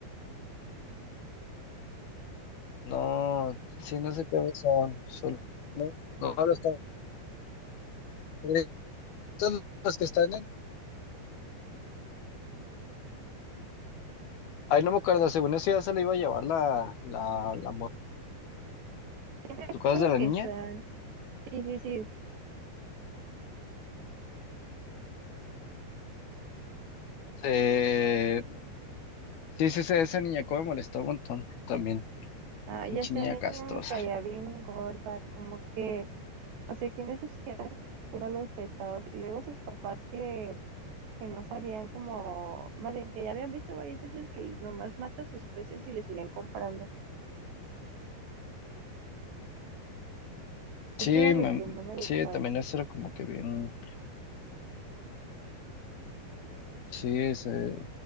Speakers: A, on the left; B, on the right.
A: no, sí, no sé qué son, son, no, los cangrejitos. todos los que están en. Ay, no me acuerdo, según eso ya se le iba a llevar la, la, la mo-
B: Sí, me acuerdo
A: ¿Tú acuerdas de la
B: que
A: niña?
B: son. Sí, sí, sí.
A: Eh, sí, sí, sí, esa niña como me molestó un montón también.
B: Ah, ya
A: Pinche
B: sé,
A: niña
B: a mí
A: castrosa.
B: también me caía bien gorda, como que, o sea, qué necesidad de estar cuidando los pescados. Y luego sus papás que, que no sabían como, más bien que ya habían visto varias veces que nomás mata sus peces y le seguían comprando. Eso
A: Sí,
B: era lo
A: me-
B: que no me gustaba.
A: sí, también eso era como que bien. Sí, ese,